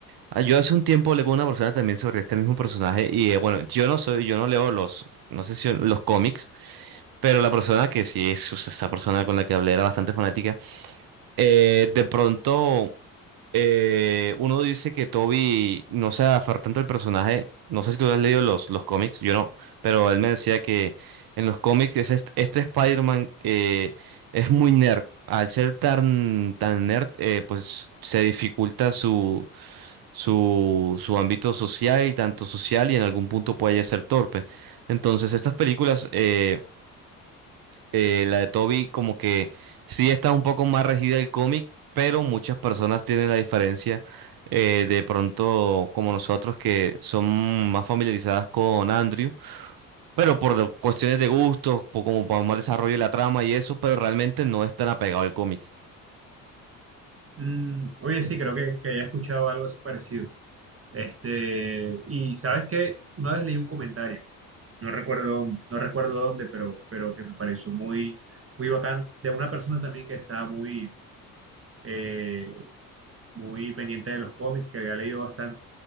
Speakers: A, on the right (about 55°); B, on the right (about 30°).
A: Ah, Yo hace un tiempo leí con una persona también sobre este mismo personaje y eh, bueno, yo no soy, yo no leo los, no sé si los cómics, pero la persona que sí es o sea, esa persona con la que hablé era bastante fanática, eh, de pronto eh, uno dice que Toby no se aferra tanto al personaje, no sé si tú has leído los, los cómics, yo no, pero él me decía que en los cómics es este, este Spider-Man eh, es muy nerd, al ser tan, tan nerd eh, pues se dificulta su su, su ámbito social y tanto social y en algún punto puede ser torpe. Entonces, estas películas, eh, eh, la de Toby, como que sí está un poco más regida el cómic, pero muchas personas tienen la diferencia eh, de pronto como nosotros que son más familiarizadas con Andrew, pero por lo- cuestiones de gusto por, como por más desarrollo de la trama y eso, pero realmente no es tan apegado al cómic.
B: Mm, oye, sí, creo que, que he escuchado algo así parecido. Este, y sabes que una vez leí un comentario, no recuerdo, dónde- no recuerdo dónde, pero, pero que me pareció muy, muy bacán, de una persona también que estaba muy, eh, muy pendiente de los cómics, que había leído bastante,